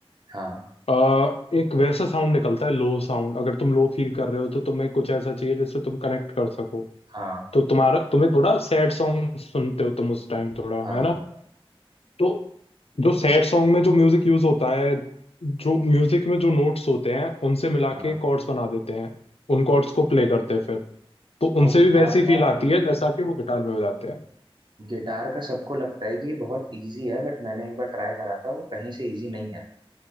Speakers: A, on the right; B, on the left.
A: हाँ
B: आ, एक वैसा साउंड निकलता है लो साउंड अगर तुम लो फील कर रहे हो तो तुम्हें कुछ ऐसा चाहिए जिससे तुम कनेक्ट कर सको
A: हाँ
B: तो तुम्हारा तुम्हें थोड़ा सैड सॉन्ग सुनते हो तुम उस टाइम थोड़ा
A: हाँ
B: है ना
A: हाँ
B: तो जो सैड सॉन्ग में जो म्यूजिक यूज होता है जो म्यूजिक में जो नोट्स होते हैं उनसे मिला
A: हाँ
B: के कॉर्ड्स बना देते हैं उन कॉर्ड्स को प्ले करते हैं फिर तो
A: और
B: उनसे
A: गिटार
B: भी वैसी फील
A: का
B: आती है जैसा कि वो गिटार में बजाते हैं
A: गिटार का सबको लगता है कि ये बहुत इजी है बट मैंने एक बार ट्राई करा था वो कहीं से इजी नहीं है